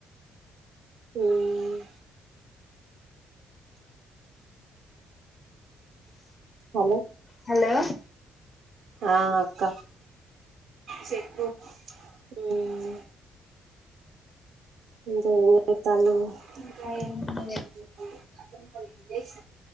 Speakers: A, on the right (about 70°); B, on the left (about 30°).
A: హ్మ్ హలో హలో
B: హలో
A: ఆ అక్క చెప్పు హ్మ్ ఇంకా ఏం చెత్తాలు ఇంకా ఏమున్నది
B: ఏం లేదు